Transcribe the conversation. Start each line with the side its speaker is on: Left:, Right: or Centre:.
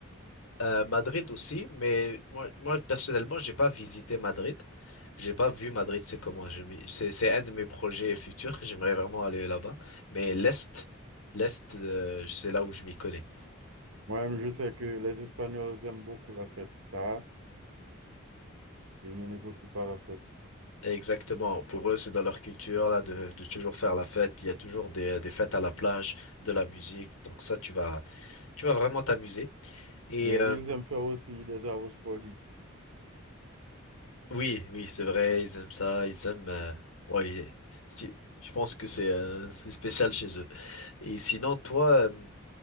Left: Euh, Madrid aussi, mais moi, moi personnellement, j'ai pas visité Madrid. J'ai pas vu Madrid, c'est comment. Je m'y- C'est c'est un de mes projets futurs. J'aimerais vraiment aller là-bas. Mais l'Est, l'Est, euh, c'est là où je m'y connais.
Right: Moi-même, je sais que les Espagnols aiment beaucoup la fête. Ça, ils ne négocient pas la fête.
Left: Exactement. Pour eux, c'est dans leur culture là de, de toujours faire la fête. Il y a toujours des, euh, des fêtes à la plage, de la musique. Donc ça, tu vas, tu vas vraiment t'amuser. Et
Right: Et Ils
Left: euh,
Right: aiment faire aussi des arroz poli.
Left: oui, oui, c'est vrai. Ils aiment ça. Ils aiment. euh, ouais. Je, je pense que c'est euh, c'est spécial chez eux. Et sinon, toi, euh,